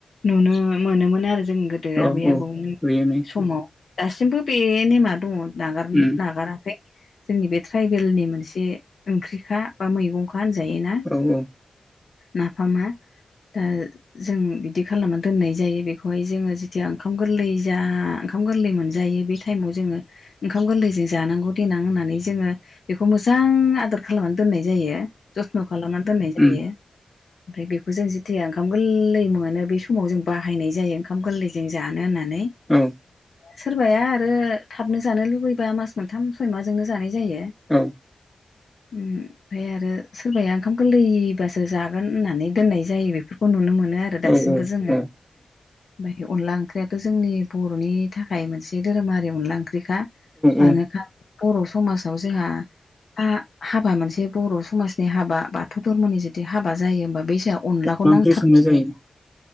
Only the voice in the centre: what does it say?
औ
औ
बेनो
उम
औ औ
उम
औ
औ
औ
औ
औ
औ
मा ओंख्रि
संनाय जायो